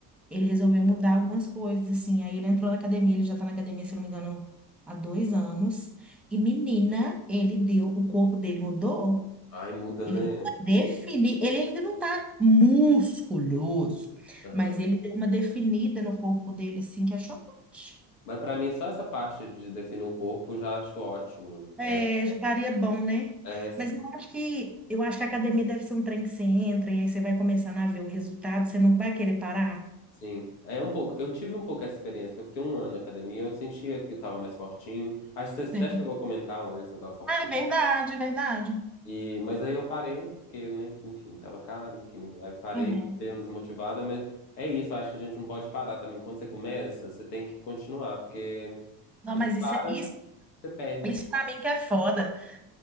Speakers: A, in the centre; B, on the left (about 80°).
A: ele resolveu mudar algumas coisas, assim. Aí ele entrou na academia, ele já tá na academia, se eu não me engano, há dois anos. E menina, ele deu, o corpo dele mudou,
B: Ai, muda,
A: ele
B: né?
A: deu uma definida, ele ainda não tá musculoso,
B: Aham.
A: mas ele deu uma definida no corpo dele, assim, que é chocante.
B: Mas pra mim, só essa parte de definir o corpo eu já acho ótimo.
A: É,
B: É,
A: já estaria bom, né?
B: é,
A: Mas eu acho que eu acho que a academia deve ser um trem que você entra e aí você vai começando a ver o resultado, você não vai querer parar.
B: sim. É um pouco. Eu tive um pouco essa experiência, que eu fiquei um ano na academia, eu sentia que eu tava mais fortinho. Acho que você até
A: Sim.
B: chegou a comentar uma vez que eu tava fortinho.
A: Ah, é verdade, é verdade.
B: E, mas aí eu parei, porque, né, enfim, tava caro, enfim. Aí parei,
A: Uhum.
B: dei uma desmotivada, mas é isso, eu acho que a gente não pode parar também. Quando você começa, você tem que continuar, porque se
A: Não, mas
B: você
A: isso
B: para,
A: é isso,
B: você perde.
A: isso para mim que é foda.